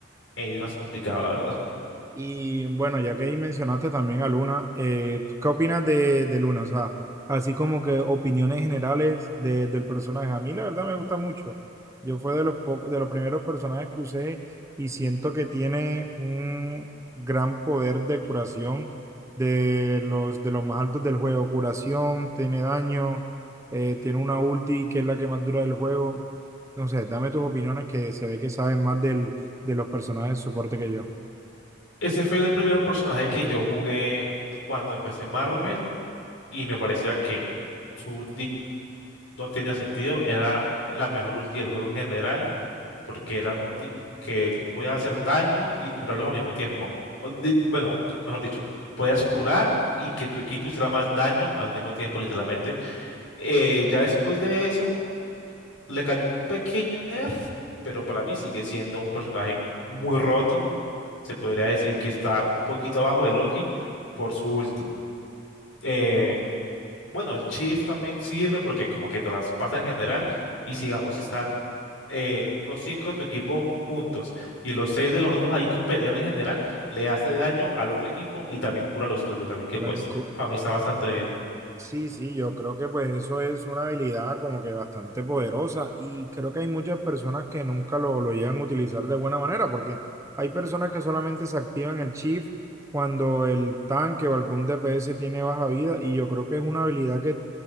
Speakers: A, on the left; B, on the right.
A: eh, es más complicado, la verdad.
B: Y bueno, ya que ahí mencionaste también a Luna, eh, ¿tú ¿qué opinas de, de Luna? O sea, así como que opiniones generales de- del personaje. A mí la verdad me gusta mucho. Yo fue de los, po- de los primeros personajes que usé y siento que tiene un gran poder de curación de los, de los más altos del juego. Curación, tiene daño, eh, tiene una ulti que es la que más dura del juego. No sé, dame tus opiniones que se ve que sabes más del, de los personajes de soporte que
A: Ese fue el primer personaje que yo jugué cuando empecé Marvel y me parecía que... Su, no tenía sentido, era la mejor ulti del juego en general, porque era una ulti que tú podías hacer daño y curarlos al mismo tiempo. O di- Bueno, mejor dicho, podías curar y que tu equipo hiciera más daño al mismo tiempo, literalmente. Eh, ya después de eso, le cayó un pequeño nerf, pero para mí sigue siendo un personaje muy roto. Se podría decir que está un poquito abajo de Loki por su ulti. Eh,
B: yo.
A: bueno, el shift también sirve porque como que traspasa en general y sigamos, si están eh, los cinco de tu equipo juntos y los seis de los otros ahí como peleando en general, le hace daño al otro equipo y también cura los tuyos, así que
B: Banco.
A: pues para mí está bastante bien.
B: Sí, sí, yo creo que pues eso es una habilidad como que bastante poderosa y creo que hay muchas personas que nunca lo, lo llegan a utilizar de buena manera porque hay personas que solamente se activan el shift cuando el tanque o algún DPS tiene baja vida y yo creo que es una habilidad que